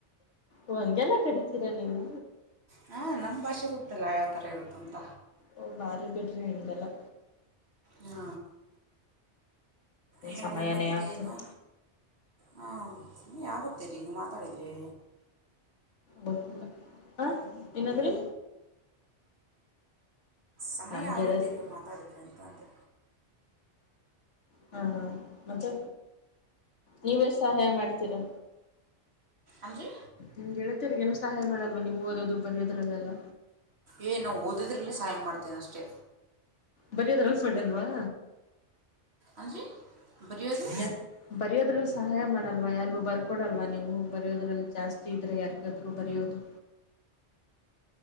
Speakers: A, on the left; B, on the right.
A: ಓ ಹಂಗೆಲ್ಲ ಕರಿತೀರಾ ನೀವು.
B: ಹಾಂ ನಮ್ಮ ಭಾಷೆ ಗೊತ್ತಲ್ಲ ಯಾವ ಥರ ಇರುತ್ತ ಅಂತ.
A: ಓ ಬಾರಿ ಬಿಡ್ರೀ ನಿಮ್ದೆಲ್ಲಾ.
B: ಹಾ ಹೇಳಿ
A: ಸಮಯನೇ
B: ಮತ್ತೇನು
A: ಆಗ್ತಿಲ್ಲ
B: ಹಾ <unintelligible> ಆಗುತ್ತೇರಿ ನೀ ಮಾತಾಡಿದ್ರೇ.
A: ಹ ಹ ಏನಂದ್ರಿ.
B: ಸಮಯ
A: ನನ್
B: ಆಗುತ್ತೆ
A: ಗೆಳತಿ
B: ರೀ ಮಾತಾಡಿದ್ರೆ ಅಂತ ಅಂದೆ.
A: ಹಾ ಮತ್ತೆ ನೀವೇ ಸಹಾಯ ಮಾಡ್ತೀರಾ.
B: ಆರೀ.
A: ನಿಮ್ ಗೆಳೆತಿಯರ್ಗೇನು ಸಹಾಯ ಮಾಡಲ್ವ ನೀವು ಓದೋದು ಬರೆಯೋದ್ರಲ್ಲೆಲ್ಲ.
B: ಏ ನಾವು ಓದೋದ್ರಲ್ಲೇ ಸಹಾಯ ಮಾಡ್ತೀನಿ ಅಷ್ಟೇ.
A: ಬರೆಯೋದ್ರಲ್ಲಿ ಮಾಡಲ್ವಾ.
B: ಅಂದ್ರೀ ಬರೆಯೋದು.
A: <unintelligible> ಬರಿಯೋದ್ರಲ್ಲಿ ಸಹಾಯ ಮಾಡಲ್ವ ಯಾರಿಗೂ ಬರ್ಕೊಡಲ್ವಾ ನೀವು ಬರಯೋದ್ರಲ್ಲಿ ಜಾಸ್ತಿ ಇದ್ರೆ ಯಾರಿಗಾದ್ರು ಬರಿಯೋದು.